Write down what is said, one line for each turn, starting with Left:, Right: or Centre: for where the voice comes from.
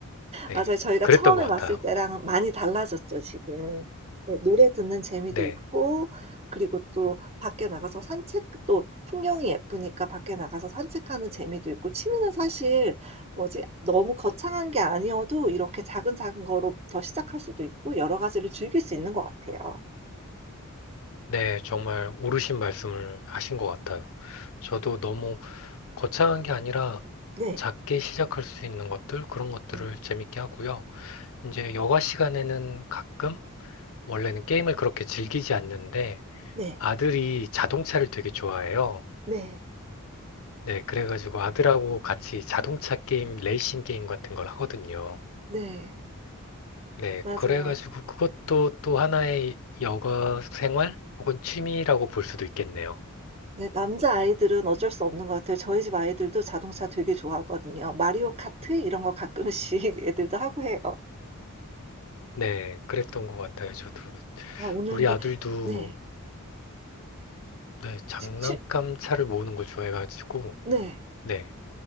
Left: 네,
Right: 맞아요. 저희가
Left: 그랬던
Right: 처음에
Left: 것 같아요.
Right: 왔을 때랑 많이 달라졌죠, 지금. 네, 노래 듣는 재미도
Left: 네,
Right: 있고 그리고 또 밖에 나가서 산책 또 풍경이 예쁘니까 밖에 나가서 산책하는 재미도 있고 취미는 사실 뭐지? 너무 거창한 게 아니어도 이렇게 작은 작은 거로부터 시작할 수도 있고 여러 가지를 즐길 수 있는 것 같아요.
Left: 네, 정말 옳으신 말씀을 하신 것 같아요. 저도 너무 거창한 게 아니라
Right: 네.
Left: 작게 시작할 수 있는 것들, 그런 것들을
Right: 음.
Left: 재밌게 하고요. 이제 여가 시간에는 가끔, 원래는 게임을 그렇게 즐기지 않는데
Right: 네.
Left: 아들이 자동차를 되게 좋아해요.
Right: 네.
Left: 네, 그래가지고 아들하고 같이 자동차 게임, 레이싱 게임 같은 걸 하거든요.
Right: 네.
Left: 네,
Right: 맞아요.
Left: 그래가지고 그것도 또 하나의 여가 생활 혹은 취미라고 볼 수도 있겠네요.
Right: 네. 남자아이들은 어쩔 수 없는 것 같아요. 저희 집 아이들도 자동차 되게 좋아하거든요. 마리오 카트 이런 거 가끔씩 <laughs> 애들도 하고 해요.
Left: 네, 그랬던 것 같아요. 저도
Right: 아 오늘
Left: 우리
Right: 근데
Left: 아들도
Right: 네.
Left: 네, 장난감
Right: 치 치
Left: 차를 모으는 걸 좋아해가지고
Right: 네.
Left: 네,